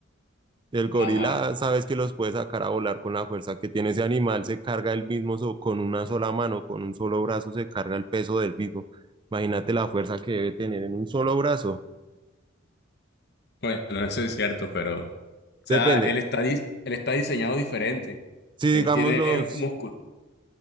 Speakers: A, on the right (about 25°); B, on the left (about 55°).
A: el gorila
B: Ajá.
A: sabes que los puede sacar a volar con la fuerza que tiene ese animal, se carga el mismo so- con una sola mano, con un solo brazo se carga el peso del mismo. Imagínate la fuerza que debe tener en un solo brazo.
B: Bueno, eso es cierto, pero... O sea,
A: Depende.
B: él está, dis- él está diseñado diferente.
A: Si digamos
B: Él tiene
A: los,
B: músculo,